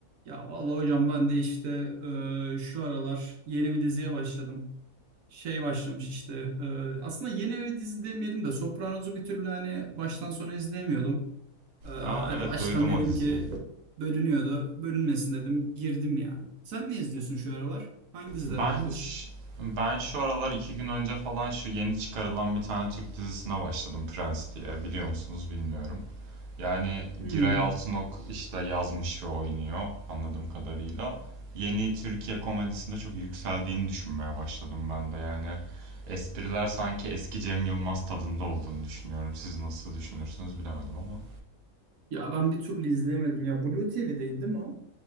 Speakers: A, on the right (about 75°); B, on the right (about 50°).
A: Ya vallahi hocam ben de işte e, şu aralar yeni bir diziye başladım. Şey başlamış işte e, aslında yeni bir dizi demeyelim de Sopranos'u bir türlü hani baştan sona izleyemiyordum. E, hani
B: Aa evet
A: baştan
B: duydum
A: dedim
B: o diziyi.
A: ki bölünüyordu bölünmesin dedim girdim ya. Sen ne izliyorsun şu aralar? Hangi dizilere
B: Ben
A: bakıyorsun?
B: ş- ben şu aralar iki gün önce falan şu yeni çıkarılan bir tane Türk dizisine başladım Prens diye. Biliyor musunuz bilmiyorum. Yani
A: Hmm.
B: Giray Altınok işte yazmış ve oynuyor anladığım kadarıyla. Yeni Türkiye komedisinde çok yükseldiğini düşünmeye başladım ben de. Yani espriler sanki eski Cem Yılmaz tadında olduğunu düşünüyorum. Siz nasıl düşünürsünüz bilemedim ama.
A: Ya ben bir türlü izleyemedim ya. Blue TV'deydi değil mi o?